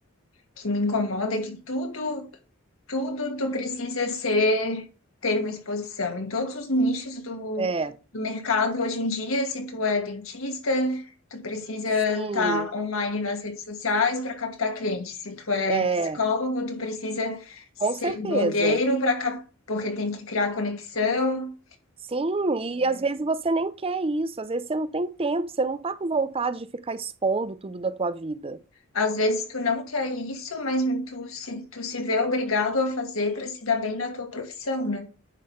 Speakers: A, on the left (about 70°); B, on the right (about 25°).
A: que me incomoda, é que tudo tudo tu precisa ser ter uma exposição em todos os nichos do,
B: é,
A: do mercado hoje em dia, se tu é dentista, tu precisa
B: sim,
A: estar online nas redes sociais para captar clientes. Se tu é
B: é,
A: psicólogo, tu precisa ser
B: com certeza.
A: blogueiro para cap... porque tem que criar conexão.
B: Sim, e às vezes você nem quer isso, às vezes você não tem tempo, você não tá com vontade de ficar expondo tudo da tua vida.
A: Às vezes tu não quer isso, mas tu se, tu se vê obrigado a fazer para se dar bem na tua profissão, né?